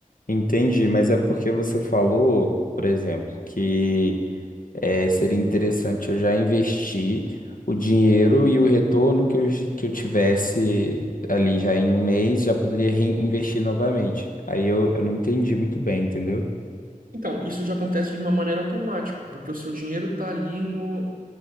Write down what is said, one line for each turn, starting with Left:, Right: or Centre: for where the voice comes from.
Left: Entendi, mas é porque você falou, por exemplo, que É, seria interessante eu já investir o dinheiro e o retorno que eu, j- que eu tivesse ali já em um mês, já poderia reinvestir novamente. Aí eu, eu não entendi muito bem, entendeu?
Right: Então, isso já acontece de uma maneira automática, porque o seu dinheiro está ali no,